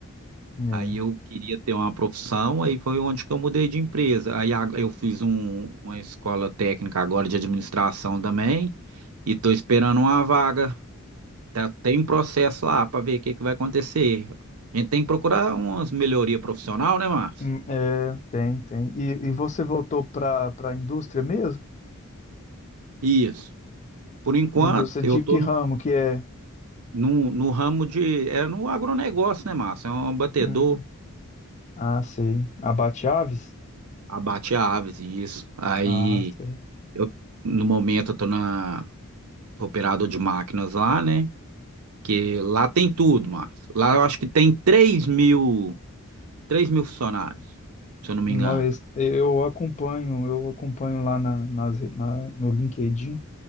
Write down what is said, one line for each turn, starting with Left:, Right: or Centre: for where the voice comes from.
Left: É,
Right: Aí eu queria ter uma profissão, aí foi onde que eu mudei de empresa. Aí a- eu fiz um- uma escola técnica agora de administração também, e estou esperando uma vaga Tá- Tem um processo lá para ver o que que vai acontecer. A gente tem que procurar umas melhoria profissional, né, Márcio?
Left: Hum, é, tem, tem. E, e você voltou para para a indústria mesmo?
Right: Isso. Por enquanto,
Left: A indústria
Right: eu
Left: de
Right: tô
Left: que ramo que é?
Right: no, no ramo de. É no agronegócio, né, Márcio? É um batedor,
Left: Hum, Ah, sei. Abate-aves?
Right: abate aves, e isso. Aí,
Left: Ah, sei.
Right: eu, no momento, eu tô na sou operador de máquinas lá, né? Que lá tem tudo, Márcio. Lá eu acho que tem três mil, três mil funcionários, se eu não me
Left: Nós,
Right: engano.
Left: eu acompanho, eu acompanho lá na, nas- na- no LinkedIn.